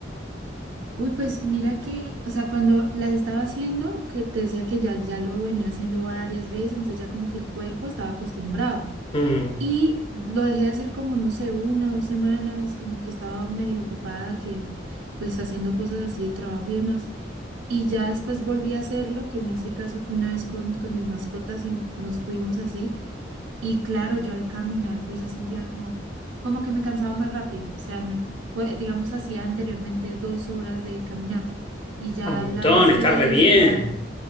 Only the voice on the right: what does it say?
Uy, pues mira que, o sea, cuando las estaba haciendo, que te decía que ya, ya lo venía haciendo varias veces, entonces ya como que el cuerpo estaba acostumbrado.
Y lo dejé de hacer como, no sé, una, dos semanas, como que estaba medio ocupada, que pues haciendo cosas así de trabajo y demás. Y ya después volví a hacerlo, que en ese caso fue una vez con, con mis mascotas y nos fuimos así. Y claro, yo al caminar pues ya sentía como, como que me cansaba más rápido. O sea, no- pues, digamos, hacía anteriormente dos horas de caminata. Y ya
la vez
que la
hice,
la,